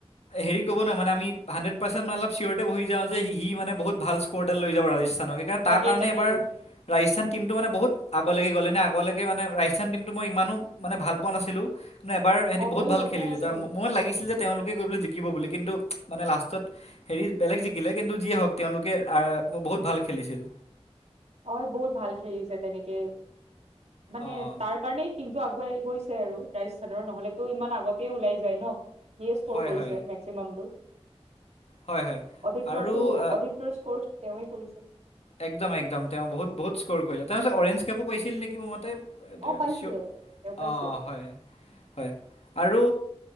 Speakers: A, on the left (about 75°); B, on the right (about 80°).
A: হেৰি কৰিব না মানে আমি হাড্ৰেট পাৰ্চেট মান অলপ চিয়'তে বহি যাওঁ যে, সি মানে বহুত ভাল স্কৰ এটাত লৈ যাব ৰাজিছ খানক সেইকাৰণে তাৰ
B: তাকেই
A: কাৰণে
B: তাকেই
A: এবাৰ ৰাজস্থান টীমটো মানে বহুত আগলৈকে গ'লে, এনে আগলৈকে মানে ৰাজস্থান টীমটো মই ইমানো মানে ভাল পোৱা নাছিলোঁ। মানে এবাৰ সিহঁতি
B: অ
A: বহুত
B: ময়ো
A: ভাল খেলিলে
B: পোৱা নাছিলো
A: তাৰ মই লাগিছিল যে, তেওঁলোকে গৈ পেলাই জিকিব বুলি কিন্তু, মানে লাষ্টত হেৰি বেলেগ জিকিলে, কিন্তু যিয়ে হওঁক তেওঁলোকে বহুত ভাল খেলিছিল।
B: অ বহুত ভাল খেলিছে, তেনেকে মানে
A: অঁ
B: তাৰ কাৰণেই টিমটো আগুৱাই গৈছে আৰু ৰাজস্থানৰ, নহলেতো ইমান আগতেই ওলাই যায় ন। ইয়ে স্ক'ৰ
A: হয়
B: কৰিছে
A: হয়
B: মেক্সিমাম বোৰ।
A: হয় হয়
B: অধিকৰটো
A: আৰু
B: অধিকৰ স্কৰ্চ তেওঁৱেই কৰিছে।
A: একদম একদম, তেওঁ বহুত, বহুত স্ক'ৰ কৰিলে। তেওঁ পিছত অৰেঞ্জ কেপো পাইছিল নেকি মোৰ মতে। এতিয়া
B: অ পাইছিলে
A: চিয়'
B: তেওঁ পাইছে
A: অ' হয় হয়। আৰু